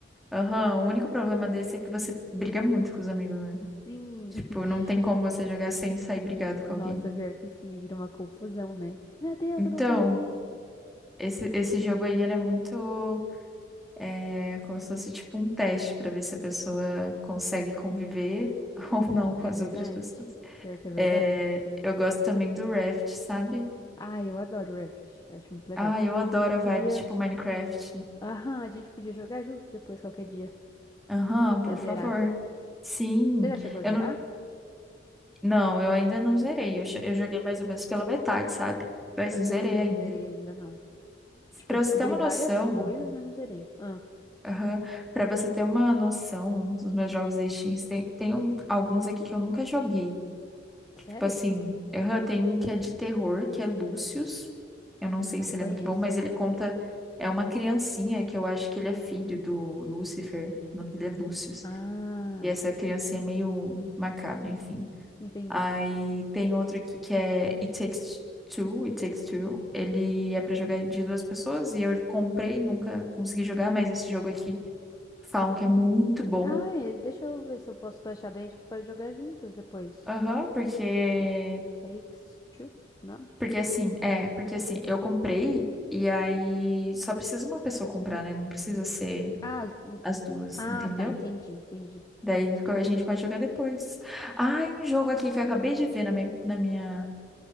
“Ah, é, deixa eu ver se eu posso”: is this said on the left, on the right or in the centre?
Left